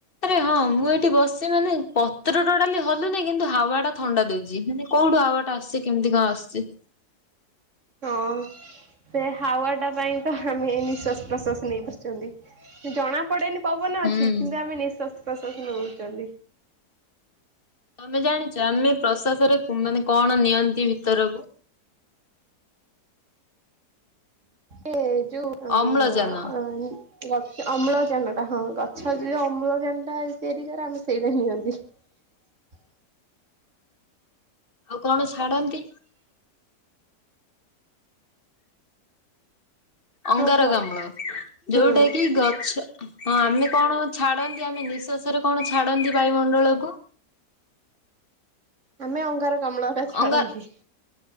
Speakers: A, on the left (about 30°); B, on the right (about 45°).
A: ଆରେ ହଁ ମୁଁ ଏଠି ବସି ମାନେ ପତ୍ର ଟୋଟାଲି ହଲୁନି ନାହିଁ କିନ୍ତୁ ହାୱା ଟା ଥଣ୍ଡା ଦଉଛି ମାନେ କୋଉଠୁ ୱାଆଟା ଆସିଛି କେମିତି କଣ ଆସୁଛି?
B: ହଁ। ସେ ହାୱା ଟା ପାଇଁ ତ ଆମେ ନିଶ୍ୱାସ ପ୍ରଶ୍ୱାସ ନେଇ ପାରୁଛନ୍ତି ଜଣା ପଡେଇନି ପବନ ଅଛି
A: ହୁଁ।
B: କିନ୍ତୁ ଆମେ ନିଶ୍ୱାସ ପ୍ରଶ୍ୱାସ ନଉଛନ୍ତି।
A: ଆମେ ଜାଣିଛ ଆମେ ପ୍ରଶ୍ୱାସରେ ମାନେ କଣ ନିଅନ୍ତି ଭିତରକୁ।
B: ଏ ଯୋଉ
A: ଅମ୍ଳଜାନ।
B: ଅଁ ଅମ୍ଳଜାନ ଟା ହଁ ଗଛ ଯଦି ଅମ୍ଳଜାନ ଟା ତିଆରି କରେ ଆମେ ସେଇଟା ନିଅନ୍ତି। ହଁ।
A: ଆଉ କଣ ଛାଡନ୍ତି? ଅଙ୍ଗାରକାଆ
B: ହଁ କୁହ
A: ମ୍ଳ
B: ହୁଁ
A: ଯୋଉଟା କି ଗଛ ହଁ ଆମେ କଣ ଛାଡନ୍ତି ଆମେ ନିଃଶ୍ଵାସ ରେ କଣ ଛାଡନ୍ତି ବାୟୁମଣ୍ଡଳକୁ?
B: ଆମେ ଅଙ୍ଗାରକ୍ଲା ଛାଡନ୍ତି
A: ଅଙ୍ଗା